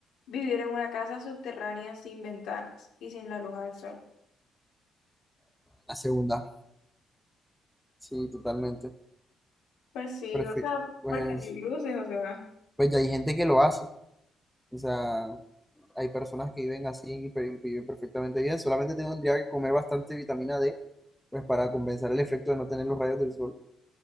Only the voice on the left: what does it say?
vivir en una casa subterránea sin ventanas y sin la luz del sol?
Pues sí,
o sea,
porque hay luces, o sea,